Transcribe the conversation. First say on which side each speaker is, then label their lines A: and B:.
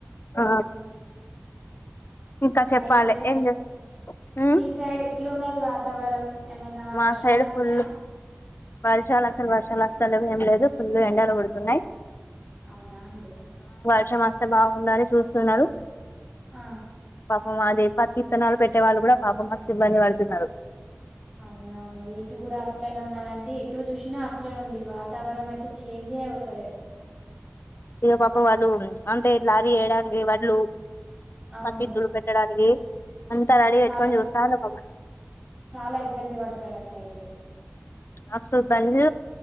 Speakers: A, on the left; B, on the right.
A: ఆ ఇంకా
B: మరి
A: చెప్పాలి
B: మీ సై
A: ఏం చే ఉమ్
B: మీ సైడ్ ఎట్లున్నది వాతావరం ఏమైనా
A: మా
B: వర్షాలు
A: సైడ్
B: ఉన్నాయా
A: ఫుల్ వర్షాలు అసలు వర్షాలు వస్తా లేదు ఏం లేదు పుల్లు ఎండలు కోడుతున్నాయి
B: అవునా అండి
A: వర్షం వస్తే బాగుండు అని చూస్తున్నారు.
B: ఆ
A: మ మాదే పతిత్తనాలు పెట్టే వాళ్ళు కూడా పాపం మస్తు ఇబ్బంది పడుతున్నారు.
B: అవునవును ఇటూ కూడా అట్లనే ఉన్నాదండి ఎటూ చూసినా అట్లనే ఉంది ఈ వాత తావరం అయితే చేంజే అవుతలే
A: ఇగ పాపం వాళ్ళు అంటే లారీ వేయడానికి వడ్లు
B: అవును
A: పతిత్తులు పెట్టడానికి అంతా రాడి పెట్టుకొని
B: చాలా ఇబ్
A: చూస్తాన్రు పాపం
B: చాలా ఇబ్బంది పడతారు అట్లయితే
A: అసలు బందె